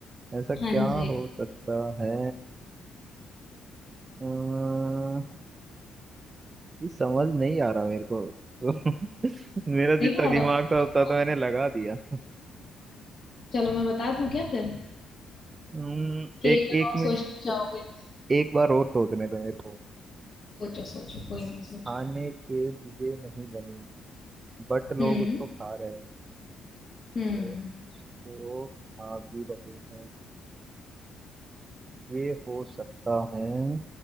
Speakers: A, on the right (about 30°); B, on the left (about 45°).
A: ऐसा क्या
B: हाँ
A: हो
B: जी
A: सकता है अम्म, ये समझ नहीं आ रहा मेरे को तो <laughs> मेरा
B: नहीं
A: जितना दिमाग
B: आ रहा
A: था
B: पक्का?
A: उतना तो मैंने लगा दिया
B: चलो मैं बता दूं क्या फिर
A: हम्म,
B: कि
A: एक
B: एक बार
A: एक
B: और
A: मिनट
B: सोचना चाहोगे
A: एक बार और सोचने दो मेरे को
B: सोचो सोचो कोई नहीं सोचो
A: खाने के लिए नहीं बनी बट लोग
B: हम्म
A: उसको खा रहे हैं
B: हम्म
A: तो, तो खा भी रहे हैं ये हो सकता है